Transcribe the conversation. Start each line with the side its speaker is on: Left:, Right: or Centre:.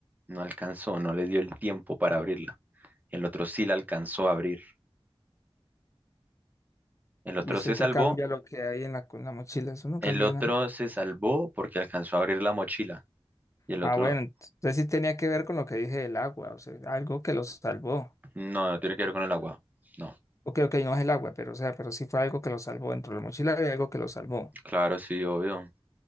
Right: No alcanzó, no le dio el tiempo para abrirla. El otro sí la alcanzó a abrir. El otro
Left: ¿Y eso
Right: se
Left: en
Right: salvó.
Left: qué cambia lo que hay en la, con la mochila? Eso no
Right: El
Left: cambia
Right: otro
Left: nada.
Right: se salvó porque alcanzó a abrir la mochila. Y el
Left: Ah,
Right: otro,
Left: bueno, entonces sí tenía que ver con lo que dije del agua, o sea, algo que lo salvó.
Right: no, no tiene que ver con el agua. No.
Left: Ok, ok, no es el agua, pero o sea, pero sí fue algo que lo salvó. Dentro de la mochila había algo que lo salvó
Right: Claro, sí, obvio.